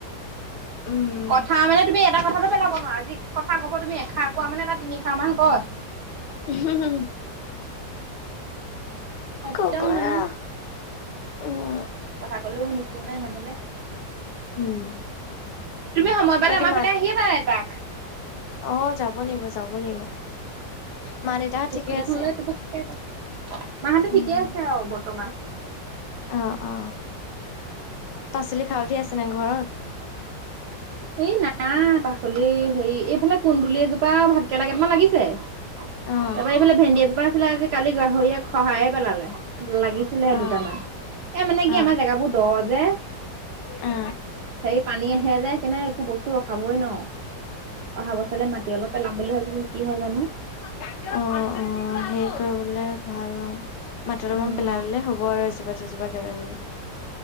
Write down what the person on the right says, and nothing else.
কথা মানে তুমি এটা কথাটো পেলাব ক'ব নোৱাৰা যি কথা ক'ব তুমি এষাৰ কোৱা মানে বা তিনিশাৰ মান ক
<inaudible> খ'তম
মানে।
কথা কলেও নুশুনে নামানে।
তুমি সময় পালে
আমাৰ
ফালে আহিবা এপাক।
স্কুটিখন
লৈ টুপুকে এপাক। মাহঁতে
ঠিকে আছে অ বৰ্তমান।
এই নাই পাচলি সেই এইফালে কুন্দুলি এজোপা ভাতকেলা কেইটামান লাগিছে।
তাৰ পৰা এইফালে ভেন্দি এজোপা আছিলে আজি কালি গাহৰিয়ে খহায়ে পেলালে। লাগিছিলেহে
দুটামান এ মানে কি
আমাৰ জেগাবোৰ দ যে
হেৰি পানী আহে যে, কেনে একো বস্তু অ খাবই ন অহা বছলে মাটি অলপ পেলাম বুলি ভাবিছোঁ কি হয় জানো
উম